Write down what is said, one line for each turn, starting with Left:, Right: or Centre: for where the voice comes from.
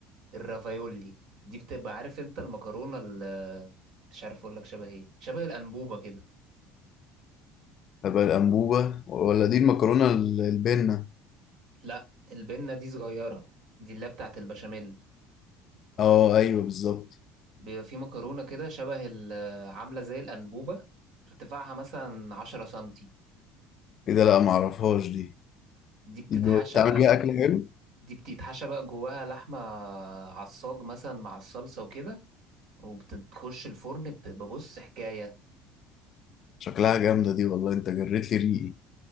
Right: الرافايولي دي بتبقى عارف انت المكرونة ال- مش عارف اقول لك شبه ايه شبه الأنبوبة كده
Left: هبقى الانبوبه ولا دي المكرونه ال- البنه
Right: لا البنة دي صغيرة دي اللي هي بتاعت البشاميل
Left: اه ايوه بالظبط
Right: بيبقى في مكرونة كده شبه ال- عاملة زي الأنبوبة ارتفاعها مثلا عشرة سنتي
Left: كده لا ما اعرفهاش دي
Right: دي بتتحشى
Left: دي ب- بتعمل بيها اكل حلو
Right: دي بتتحشى بقى جواها لحمة عصاج مثلا مع الصلصة وكده وبتخش الفرن بتبقى بص حكاية
Left: شكلها جامده دي والله انت جريت لي ريقي